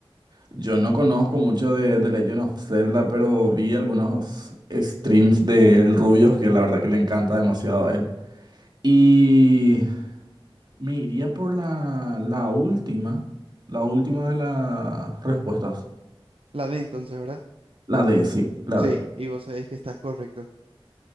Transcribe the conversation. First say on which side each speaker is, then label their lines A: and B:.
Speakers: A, on the right; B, on the right.
A: yo no conozco mucho de, de Legend of Zelda, pero vi algunos streams del Rubios que la verdad que le encanta demasiado a él. Y me iría por la, la última, la última de las respuestas.
B: la D entonces, ¿verdad?
A: La D, sí, la
B: Sí,
A: D.
B: y vos sabés que estás correcto.